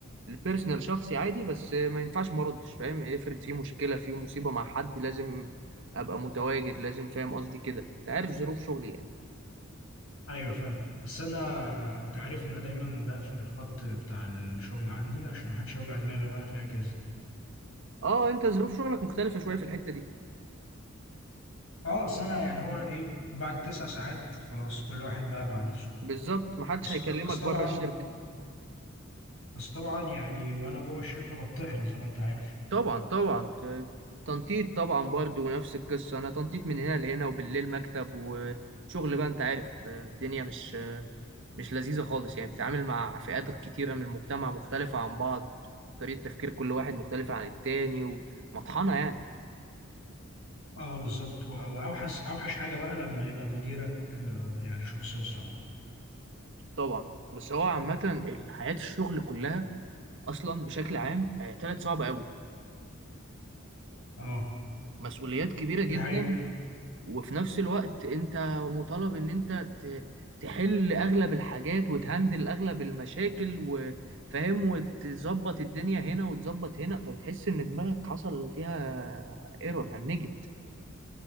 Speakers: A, on the right; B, on the left.
A: للبيرسونال شخصي عادي بس ما ينفعش ما اردش فاهم افرض في مشكله في مصيبه مع حد لازم ابقى متواجد لازم فاهم قصدي كده انت عارف ظروف شغلي يعني
B: ايوه فاهم بس انا انت عارف ان انا دايما بقفل الخط بتاع الشغل عندي عشان محدش يوجع دماغي وانا في الاجازه
A: اه انت ظروف شغلك مختلفه شويه في الحته دي
B: اه سنه يعني هو ايه بعد تسع ساعات خلاص كل واحد بقى مع نفسه
A: بالظبط ما حدش
B: بس
A: هيكلمك
B: ط- بس طبعا
A: بره الشركه
B: بس طبعا يعني وانا جوه الشركه بطحن زي ما انت عارف
A: طبعا طبعا ت- تنطيط طبعا برضو نفس القصة أنا تنطيط من هنا لهنا وبالليل مكتب وشغل بقى أنت عارف آه، الدنيا مش آه، مش لذيذة خالص يعني بتتعامل مع فئات كتيرة من المجتمع مختلفة عن بعض طريقة تفكير كل واحد مختلفة عن التاني ومطحنة يعني
B: اه بالظبط و- واوحش اوحش حاجه بقى لما يبقى مديرك آه، يعني شخصيه صعبه
A: طبعا بس هو عامة حياة الشغل كلها أصلا بشكل عام آه، طلعت صعبة أوي
B: اه
A: مسؤوليات كبيرة جدا
B: دي حقيقة
A: وفي نفس الوقت انت مطالب ان انت ت- تحل اغلب الحاجات وتهندل اغلب المشاكل وفاهم وتظبط الدنيا هنا وتظبط هنا فبتحس ان دماغك حصل فيها ايرور هنجت